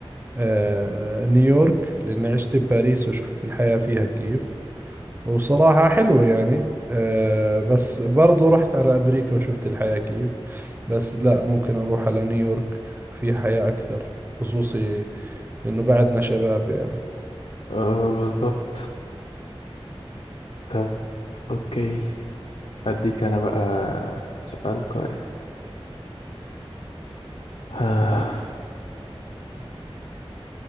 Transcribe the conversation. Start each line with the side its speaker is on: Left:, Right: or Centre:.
Right: آه، نيويورك لأني عشت بباريس وشفت الحياة فيها كيف وصراحة حلوة يعني آه، بس برضو رحت على أمريكا وشفت الحياة كيف بس لا ممكن أروح على نيويورك في حياة أكثر خصوصي لأنه بعدنا شباب يعني
Left: آه بالظبط طب أوكي أديك أنا بقى سؤال كويس آه.